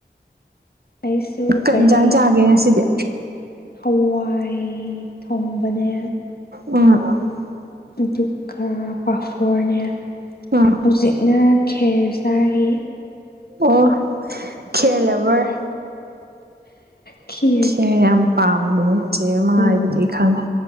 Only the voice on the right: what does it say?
ꯀꯩ
ꯏꯟꯀꯡ ꯆꯥꯒꯦ ꯉꯁꯤꯗꯤ
ꯎꯝ
ꯑ
ꯑꯣ ꯈꯦꯌꯥꯔꯦꯕꯔ
ꯏꯦ ꯌꯥꯝ ꯄꯥꯝꯕꯅꯦ ꯆꯦ ꯃꯥꯏꯕꯗꯤ
ꯈꯪꯉꯦ